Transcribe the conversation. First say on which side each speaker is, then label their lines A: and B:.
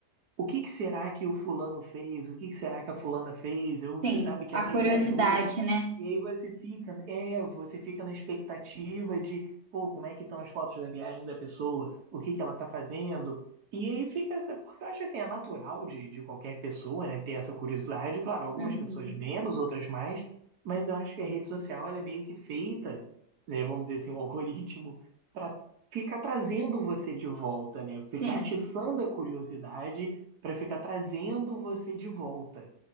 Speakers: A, on the right; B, on the right.
A: O que que será que o fulano fez? O que que será que a fulana fez? Ou
B: sim,
A: você sabe que
B: a
A: alguém
B: curiosidade,
A: viajou
B: né?
A: e aí você fica, é, você fica na expectativa de, pô, como é que estão as fotos da viagem da pessoa? O que que ela tá fazendo? E aí fica essa, porque eu acho assim, é natural de, de qualquer pessoa, né, ter essa curiosidade. Claro, algumas
B: Uhum.
A: pessoas menos, outras mais, mas eu acho que a rede social ela é meio que feita, né, vamos dizer assim, um <laughs> algoritmo para ficar trazendo você de volta, né?
B: Sim,
A: Ficar atiçando a curiosidade para ficar trazendo você de volta.